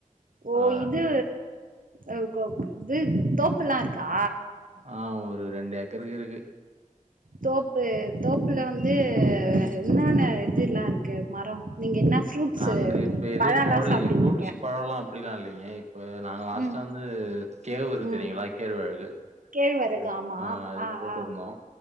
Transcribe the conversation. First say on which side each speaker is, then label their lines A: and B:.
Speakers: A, on the right (about 75°); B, on the right (about 55°).
A: ஓ
B: ஆ
A: இது அ ஒ இது தோப்புல்லா இருக்கா
B: ஆ ஒரு ரெண்டு ஏக்கருக்கு இருக்கு
A: தோப்பு தோப்புல வந்து என்னன்னா இதுல்லா இருக்கு மரோ நீங்க என்ன ஃப்ரூட்ஸு
B: நாங்க இப்ப எதுவு
A: பழல்லா
B: போடலைங்க
A: சாப்டுவீங்க
B: ஃப்ரூட்ஸ் பழோல்லா அப்டிலா இல்லைங்க இப்ப நாங்க லாஸ்ட்டா
A: ம்
B: வந்து இது கேவுரு
A: ம்
B: தெரியுங்களா கேழ்வரகு
A: கேழ்வரகு
B: இப்
A: ஆமா
B: ஆ அது போட்டுருந்தோ
A: ஆ